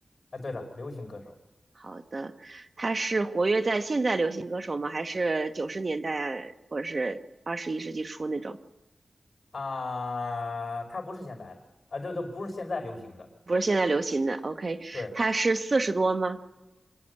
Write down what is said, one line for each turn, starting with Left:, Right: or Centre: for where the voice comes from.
Left: 啊，对的，流行歌手
Right: 好的，他是活跃在现在流行歌手吗？还是九十年代或者是二十一世纪初那种？
Left: 啊，他不是现代的啊，这都不是现在流行的。
Right: 不是现在流行的。OK，
Left: 对，
Right: 他是四十多吗？